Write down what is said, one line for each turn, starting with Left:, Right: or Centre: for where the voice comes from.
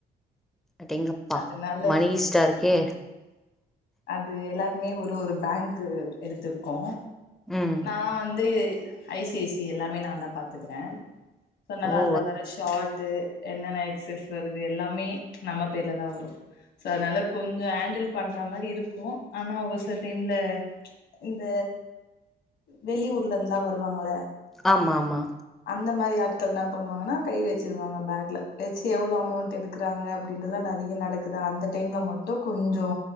Centre: அடேங்கப்பா
Left: அதுனால
Centre: மணி ஈஸ்டா இருக்கே
Left: அது எல்லாரு மே ஒரு ஒரு பேங்க்கு எடுத்துருக்கோ
Centre: ம்
Left: நா வந்து ஐசி ஐசி எல்லாமே நாந்தா பாத்துக்குறே சோனால
Centre: ஓ
Left: அதுல வர ஷாட் து என்னென ஆக்சஸ் வருது எல்லாமே நம்ம பேர்லதா வரு சோ அதுனால கொஞ்சோ ஏண்டில் பண்ற மாரி இருக்கு ஆனா ஒரு சில டைம்ல இந்த வெளியூர்ல இருந்துலா வருவாங்கல
Centre: ஆமாமா
Left: அந்த மாரி ஆட்கள் என்ன பண்ணுவாங்கனா கை வச்சிருவாங்க பேக்ல வச்சி எவ்வளோ அமௌண்ட் எடுக் குறாங்க அப்டின்றதுலா நெறைய நடக்குதா அந்த டைம்ல மட்டு கொஞ்சோ